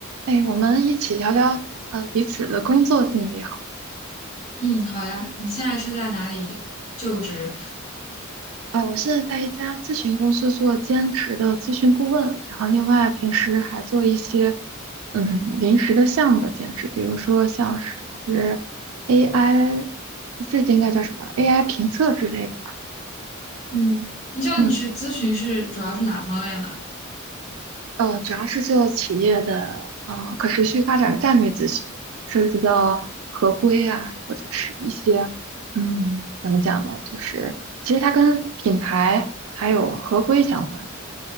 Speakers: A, on the right (about 75°); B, on the left (about 35°).
A: 哎，我们一起聊聊呃彼此的工作经历好。
B: 嗯，好呀。你现在是在哪里就职？
A: 啊，我现在在一家咨询公司做兼职的咨询顾问，然后另外平时还做一些嗯临时的项目的兼职，比如说像是 AI，这应该叫什么 AI 评测之类的吧。
B: 嗯，你知道你去咨询是主要是哪方面吗？
A: 嗯。呃，主要是做企业的呃可持续发展战略咨询，涉及到合规啊，或者是一些嗯，怎么讲呢？就是其实它跟品牌还有合规相关，